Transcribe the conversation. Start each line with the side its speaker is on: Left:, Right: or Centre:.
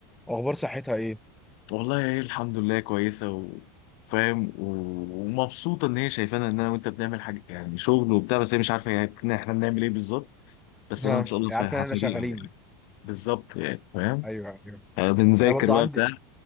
Centre: اخبار صحتها ايه
Left: والله هي الحمد لله كويسة وفاهم و- ومبسوطة إن هي شايفانا إن أنا وأنت بنعمل حاجة يعني شغل وبتاع بس هي مش عارفة يعني إن إحنا بنعمل إيه بالظبط بس
Centre: ها
Left: أنا إن شاء الله فا-
Centre: عارف ان احنا
Left: هفاجئها
Centre: شغالين
Left: يعني بالظبط يعني فاهم
Centre: ايوه ايوه
Left: آه، بنذاكر
Centre: انا برضو
Left: بقى
Centre: عندي
Left: بتاع